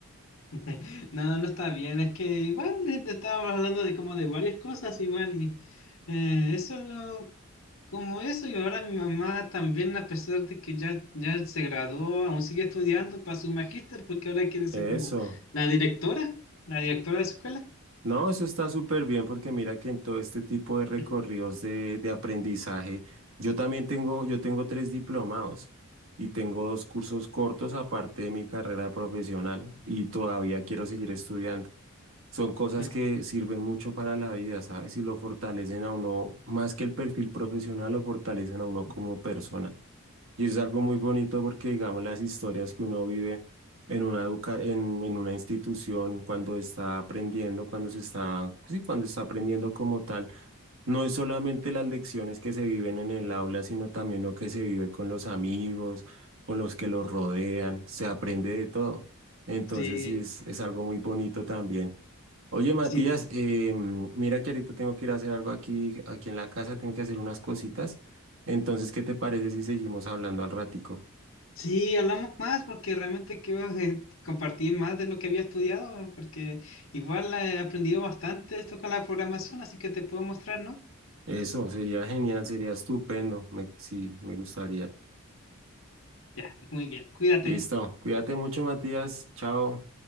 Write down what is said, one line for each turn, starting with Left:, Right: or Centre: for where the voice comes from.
Left: <laughs> No, no está bien, es que igual de- de- estábamos hablando de como de varias cosas igual y eh, eso lo como eso y ahora mi mamá también a pesar de que ya, ya se graduó, aún sigue estudiando para su magíster porque ahora quiere ser
Right: Eso.
Left: como la directora, la directora de su escuela.
Right: No, eso está súper bien porque mira que en todo este tipo de
Left: <clears throat>
Right: recorridos
Left: Ujú.
Right: de, de aprendizaje, yo también tengo, yo tengo tres diplomados y tengo dos cursos cortos aparte de mi carrera profesional y todavía quiero seguir estudiando. Son cosas
Left: Ah,
Right: que sirven mucho para la vida, ¿sabes? Y lo fortalecen a uno, más que el perfil profesional, lo fortalecen a uno como
Left: ah,
Right: persona. Y es algo muy bonito porque, digamos, las historias que uno vive en una, educa- en, en una institución, cuando está aprendiendo, cuando se está, sí, cuando está aprendiendo como tal, no es solamente las lecciones que se viven en el aula, sino también lo que se vive con los amigos, con los que los rodean, se aprende de todo. Entonces,
Left: Sí,
Right: sí, es, es algo muy bonito también. Oye, Matías,
Left: sí,
Right: eh, mira que ahorita tengo que ir a hacer algo aquí, aquí en la casa, tengo que hacer unas cositas. Entonces, ¿qué te parece si seguimos hablando al ratico?
Left: sí, hablamos más porque realmente quiero eh, compartir más de lo que había estudiado porque igual he aprendido bastante esto con la programación, así que te puedo mostrar, ¿no?
Right: Eso, sería genial, sería estupendo. Me, sí, me gustaría.
Left: Ya, muy bien. Cuídate.
Right: Listo. Cuídate mucho, Matías. Chao.